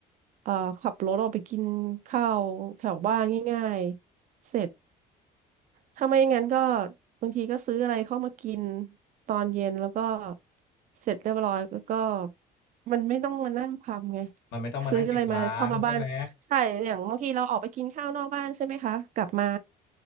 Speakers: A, on the right (about 50°); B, on the left (about 80°).
A: เอ่อขับรถออกไปกินข้าวแถวบ้านง่ายๆ เสร็จถ้าไม่งั้นก็บางทีก็ซื้ออะไรเข้ามากินตอนเย็นแล้วก็เสร็จเรียบร้อยแล้วก็มันไม่ต้องมานั่งทำไง
B: มันไม่ต้องมานั่งเก็บล้างใช่ไหม
A: ซื้ออะไรมาเข้ามาบ้านใช่อย่างบางทีเราออกไปกินข้าวนอกบ้านใช่ไหมคะกลับมา